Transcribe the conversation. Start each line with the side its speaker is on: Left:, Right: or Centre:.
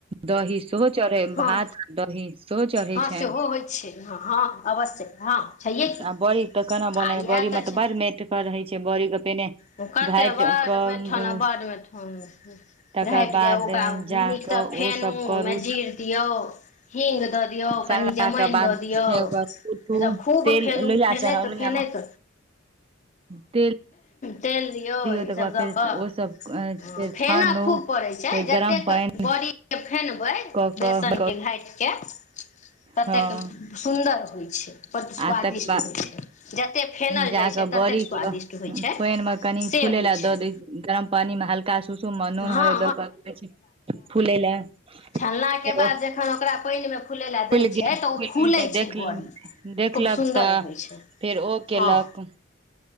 Right: दही सेहो चढ़य,
Left: हँ
Right: भात दही सेहो चढ़ै
Left: हँ
Right: छनि।
Left: सेहो होइ छै, हँ हँ अवश्य। हँ छैहे की
Right: आ बड़ी तऽ केना बनय
Left: आ इएह
Right: छै, बड़ी मे तऽ
Left: छै
Right: बड़ मेट कर रहै छै बड़ीके पहिने
Left: ओ कते
Right: घाइट
Left: बड़
Right: कऽ
Left: मेठन
Right: कऽ
Left: आ बड़ मेठन
Right: तकर
Left: घाटि
Right: बाद
Left: कऽ ओकरा नीकसँ
Right: जाक ओ
Left: फेनू
Right: सब
Left: ओहिमे
Right: करू,
Left: जीर दियौ हींग दऽ दियौ
Right: सानला
Left: कनि जमाइन
Right: कऽ <unintelligible> बाद
Left: दऽ दियौ
Right: उ तो
Left: ईसभ खूब
Right: तेल
Left: फेनू
Right: लोहिआ
Left: फेनैत
Right: चाढाउ, लोहिया
Left: फेनैत
Right: मऽ <unintelligible> तेल
Left: तेल दियौ ई
Right: तकर
Left: सब
Right: बाद
Left: दऽ
Right: फेर
Left: कऽ
Right: ओ सब फेर
Left: फेना
Right: छानू
Left: खूब पड़य छै,
Right: फेर
Left: जतेक
Right: गरम पानि
Left: बड़ी के फेनबै,
Right: कऽ
Left: बेसनके
Right: कऽ
Left: घाठिकऽ ततेक
Right: हँ
Left: सुन्दर होइ छै। बड स्वादिष्ट
Right: आ तकर बाद
Left: होइ छै। जतेक फेनल
Right: जाकऽ
Left: जाइ छै
Right: बड़ी
Left: ततेक स्वादिष्ट
Right: के
Left: होइ छै।
Right: पानि कनि
Left: से
Right: फूलय
Left: होइ
Right: ला
Left: छै
Right: दऽ दियौ, गरम पानी मे हल्का सुसुम मे नून
Left: हँ
Right: हरेद दऽ कऽ फूले लए
Left: छललाके
Right: फेर
Left: बाद
Right: ओ
Left: जेखन ओकरा पानिमे फुलय ला दै
Right: फूलि
Left: छै
Right: गेल
Left: तऽ ओ
Right: फूलि
Left: फूलय
Right: गेल तऽ देख
Left: छै बड़ी
Right: देखलक
Left: खूब सुन्दर
Right: तऽ
Left: होइ छै।
Right: फेर ओ केलक।
Left: हँ